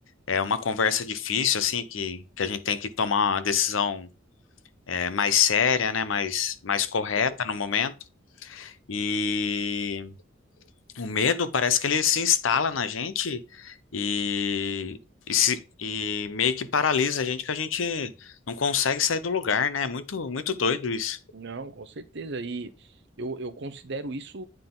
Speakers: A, on the left; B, on the right.
A: É uma conversa difícil, assim, que, que a gente tem que tomar uma decisão é, mais séria, né? Mais, mais correta no momento. E o medo parece que ele se instala na gente e, e, se- e meio que paralisa a gente, que a gente não consegue sair do lugar, né? É muito, muito doido isso.
B: Não, com certeza. E eu, eu considero isso